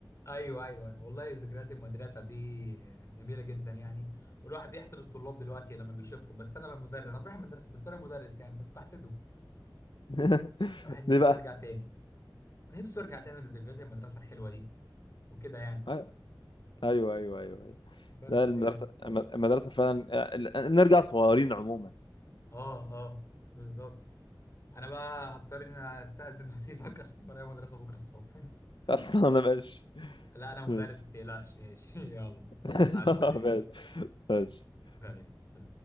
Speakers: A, on the left; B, on the left.
A: ايوه ايوه أيوة. والله ذكريات المدرسه دي جميله جدا يعني والواحد بيحسد الطلاب دلوقتي لما بيشوفهم بس انا مدرس انا بروح المدرسه بس انا مدرس يعني بس بحسدهم
B: <laughs>
A: الواحد نفسه
B: ليه بقى
A: يرجع تاني نفسه يرجع تاني لذكريات المدرسه الحلوه دي وكده يعني
B: آه، ايوه ايوه ايوه ايوه
A: بس
B: لا المدرسه
A: يعني
B: الم- المدرسه فعلا آه، ال- نرجع صغيرين عموما
A: اه اه بالظبط انا بقى هضطر ان أنا استاذن <laughs> واسيبك عشان ورايا مدرسه بكره الصبح <laughs>
B: <laughs> اصلا انا ماشي
A: لا انا مدرس
B: ماشي
A: ما تقلقش ماشي <laughs> يلا
B: <laughs>
A: مع السلامه
B: ماشي ماشي
A: <laughs> سلام